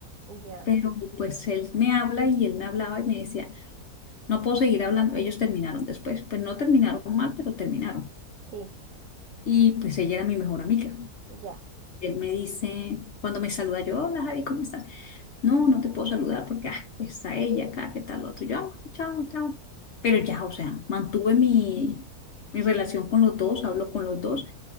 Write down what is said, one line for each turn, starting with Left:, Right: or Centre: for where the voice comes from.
Right: ya,
Left: Pero pues él me habla y él me hablaba y me decía, no puedo seguir hablando. Ellos terminaron después, pues no terminaron mal, pero terminaron.
Right: sí,
Left: Y pues ella era mi mejor amiga.
Right: ya.
Left: Él me dice, cuando me saluda yo, hola Javi, ¿cómo estás? No, no te puedo saludar porque ah, está ella acá, ¿qué tal otro? Yo, ah, bueno, chao, chao. Pero ya, o sea, mantuve mi, mi relación con los dos, hablo con los dos,